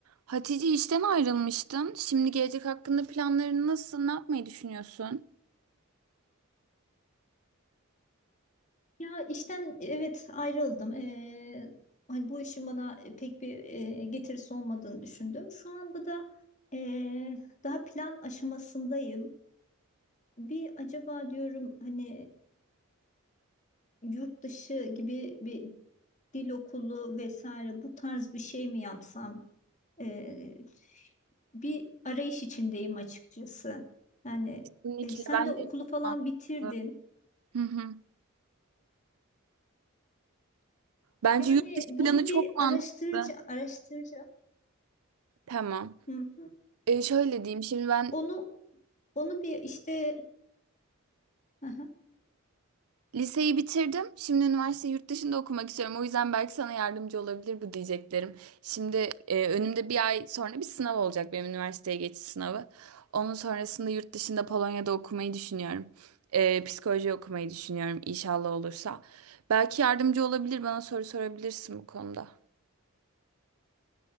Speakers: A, on the right (about 85°); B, on the left (about 35°).
A: Hatice işten ayrılmıştın. Şimdi gelecek hakkında planların nasıl? Ne yapmayı düşünüyorsun?
B: Ya işten evet ayrıldım. Ee, hani bu işin bana pek bir e, getirisi olmadığını düşündüm. Şu anda da e, daha plan aşamasındayım. Bir acaba diyorum hani e, yurt dışı gibi bir dil okulu vesaire bu tarz bir şey mi yapsam? Ee, bir arayış içindeyim açıkçası. Yani
A: Kesinlikle
B: e, sen
A: bence
B: de okulu
A: çok
B: falan
A: mantıklı.
B: bitirdin.
A: Hı hı. Bence
B: Yani
A: yurt dışı
B: bunu
A: planı çok
B: bir
A: mantıklı.
B: araştırca araştıracağım.
A: Tamam.
B: Hı.
A: E, şöyle diyeyim. Şimdi ben
B: Onu onu bir işte Aha.
A: Liseyi bitirdim. Şimdi üniversite yurt dışında okumak istiyorum. O yüzden belki sana yardımcı olabilir bu diyeceklerim. Şimdi e, önümde bir ay sonra bir sınav olacak benim üniversiteye geçiş sınavı. Onun sonrasında yurt dışında Polonya'da okumayı düşünüyorum. E, psikoloji okumayı düşünüyorum inşallah olursa. Belki yardımcı olabilir bana soru sorabilirsin bu konuda.